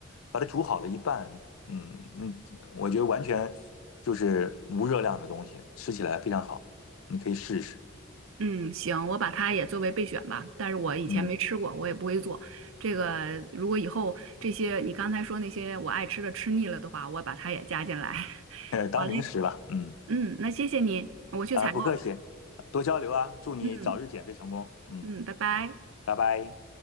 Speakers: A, on the left; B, on the right.
A: 把它煮好了一拌，嗯嗯，我觉得完全就是无热量的东西，吃起来非常好，你可以试一试，
B: 嗯，行，我把它也作为备选吧。但是我以前没吃过，
A: 嗯，
B: 我也不会做。这个如果以后这些你刚才说那些我爱吃的吃腻了的话，我把它也加进来。<laughs>
A: 呃，当零食吧，
B: 好嘞，
A: 嗯。
B: 嗯，那谢谢你，我去采购了。
A: 啊，不客气，多交流啊，祝你早日减肥成功。
B: 嗯
A: 嗯，
B: 嗯，拜拜。
A: 拜拜。